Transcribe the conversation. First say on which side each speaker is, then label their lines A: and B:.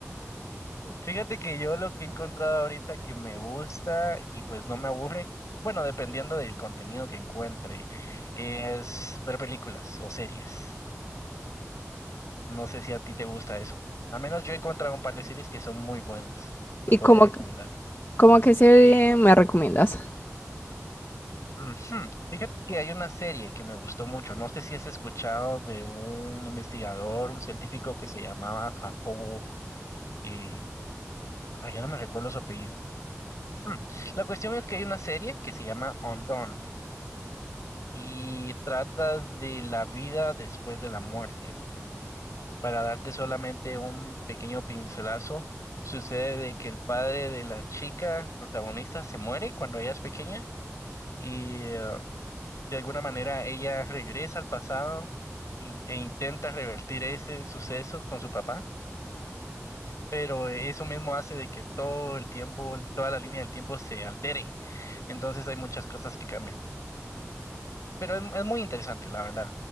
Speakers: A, on the left; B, on the left.
A: Fíjate que yo lo que he encontrado ahorita que me gusta y pues no me aburre, bueno, dependiendo del contenido que encuentre, es ver películas o series. No sé si a ti te gusta eso. A menos yo he encontrado un par de series que son muy buenas. Te
B: ¿Y
A: podría
B: como
A: recomendar.
B: como qué serie me recomiendas?
A: Ujú. Fíjate que hay una serie que me gustó mucho. No sé si has escuchado de un investigador, un científico que se llamaba Jacobo, eh, ay, ya no me recuerdo su apellido. Ujú. La cuestión es que hay una serie que se llama Undone. y trata de la vida después de la muerte. Para darte solamente un pequeño pincelazo, sucede de que el padre de la chica protagonista se muere cuando ella es pequeña y eh, de alguna manera ella regresa al pasado in- e intenta revertir ese suceso con su papá. Pero eso mismo hace de que todo el tiempo, toda la línea del tiempo se altere. Entonces hay muchas cosas que cambian. Pero es es muy interesante, la verdad.